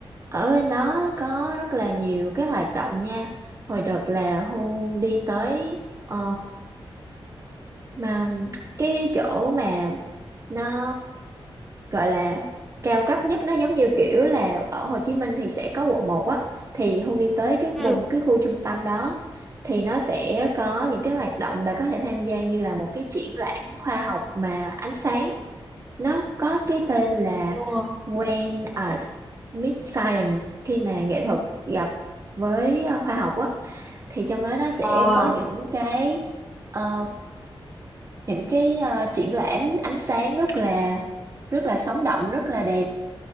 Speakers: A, on the right; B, in the centre.
A: ở bên đó có rất là nhiều cái hoạt động nha hồi đợt là Hương đi tới ờ, mà cái chỗ mà nó gọi là cao cấp nhất nó giống như kiểu là ở Hồ Chí Minh thì sẽ có quận một á thì Hương đi tới cái vùng
B: Ừ.
A: cái khu trung tâm đó thì nó sẽ có những cái hoạt động bà có thể tham gia như là một cái triển lãm khoa học mà ánh sáng nó có cái tên là
B: Ờ,
A: When Arts Meet Science khi mà nghệ thuật gặp với ờ, khoa học á thì trong đó nó sẽ
B: ờ.
A: có những cái ờ, những cái ờ, triển lãm ánh sáng rất là rất là sống động rất là đẹp